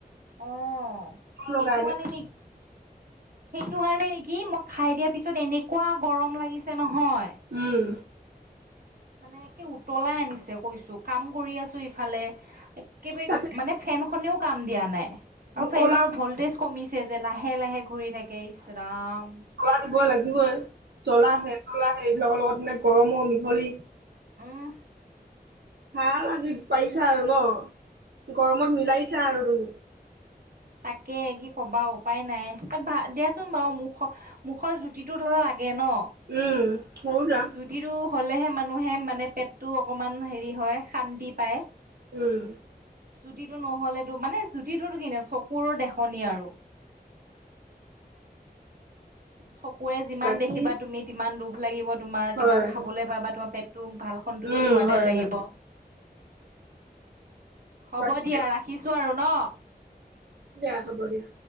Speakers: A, on the right; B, on the right.
A: আহ
B: লগা
A: সেইটো
B: এনে
A: কাৰণে নেক সেইটো কাৰণে নেকি মই খাই দিয়াৰ পিছত এনেকুৱা গৰম লাগিছে নহয়
B: উম
A: মানে একে উতলাই আনিছে কৈছো কাম কৰি আছো ইফালে কে
B: তাতে
A: মানে ফেনখনেও কাম দিয়া নাই আৰু ফেনৰ
B: কলা
A: ভলটেজ কমিছে যে লাহে লাহে ঘূৰি থাকে ইচৰাম
B: জলা দিবই লাগিবই জ্বলা হে তলাহে এইবিলাকৰ লগত মানে গৰমৰ মিহলি
A: অহ
B: ভ আজি পাৰিছা আৰু ন গৰমত মিলাইছা আৰু তুমি
A: তাকে কি কবা উপায় নাই ভ দিয়াচোন বাৰু মখ মুখৰ জুতিটো লাগে ন,
B: উম্, সেইটোৱে।
A: জুতিটো হ'লেহে মানুহে মানে পেটটো অকমান হেৰি হয়, শান্তি পায়।
B: উম
A: জুতিটো নহ'লেতো মানে জুতিটোতো কিনো চকুৰৰ দেখনি আৰু। চকুৰে যিমান
B: বাকী
A: দেখিবা তুমি, সিমান দুখ লাগিব। তোমাৰ
B: হয়
A: কিমান খাবলৈ পাবা, তোমাৰ পেটটো ভাল সন্তুষ্টি
B: উম
A: হোৱা
B: হয়
A: টাইপ লাগিব।
B: হয়
A: হ'ব
B: বাকী
A: দিয়া, ৰাখিছো আৰু ন।
B: দিয়া হ'ব দিয়া।